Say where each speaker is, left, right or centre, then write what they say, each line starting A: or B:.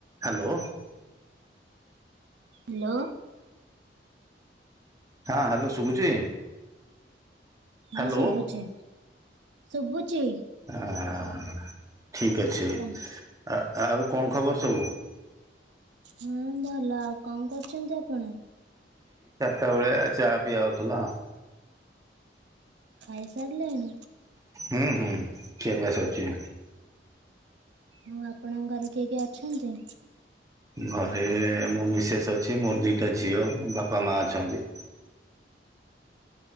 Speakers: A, on the right (about 20°); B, on the right (about 80°).
A: Hello.
B: Hello.
A: ହଁ hello ଶୁଭୁଛି।
B: ହୁଁ
A: ହ୍ୟାଲୋ
B: ଶୁଭୁଛି ଶୁଭୁଛି।
A: ଆଁ ଠିକ ଅଛି।
B: ହଁ
A: ଆ ଆଉ କଣ ଖବର ସବୁ।
B: ହୁଁ ଭଲ ଆଉ କଣ କରୁଛନ୍ତି ଆପଣ।
A: ଏତେବେଳେ ଚା ପିଆ ହଉଥିଲା।
B: ଖାଇ ସାରି ଲେଣି।
A: ହୁଁ ହୁଁ ଖିଆ ପିଆ ସରିଚି।
B: ଉଁ ଆପଣଙ୍କ ଘରେ କିଏ କିଏ ଅଛନ୍ତି।
A: ଘରେ ମୋ ମିସେସ୍ ଅଛି ମୋର ଦିଟା ଝିଅ ବାପା ମା ଅଛନ୍ତି।